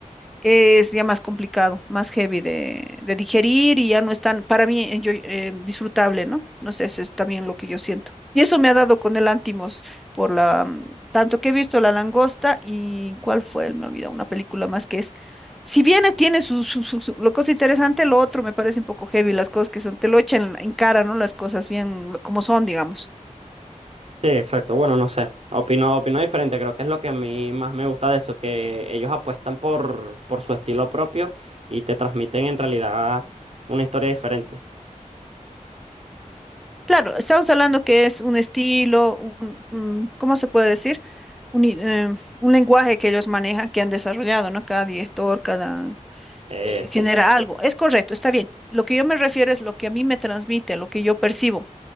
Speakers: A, in the centre; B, on the right.
A: es ya más complicado, más heavy de, de digerir y ya no es tan, para mí, eh, yo, eh, disfrutable, ¿no? No sé, eso es también lo que yo siento. Y eso me ha dado con el Antimos, por la, mm, tanto que he visto La Langosta y ¿cuál fue? Me olvidó, una película más que es. Si bien eh, tiene su, su, su- su- lo cosa interesante, lo otro me parece un poco heavy, las cosas que son, te lo echan en cara, ¿no? Las cosas bien lo- como son, digamos.
B: Sí, exacto. Bueno, no sé. Opino, opino diferente. Creo que es lo que a mí más me gusta de eso, que ellos apuestan por, por su estilo propio y te transmiten en realidad una historia diferente.
A: Claro, estamos hablando que es un estilo, un, un- ¿cómo se puede decir? Un, i- eh, un lenguaje que ellos manejan, que han desarrollado, ¿no? Cada director, cada
B: Eh,
A: eh,
B: sí,
A: genera algo. Es correcto, está bien. Lo que yo me refiero es lo que a mí me transmite, lo que yo percibo.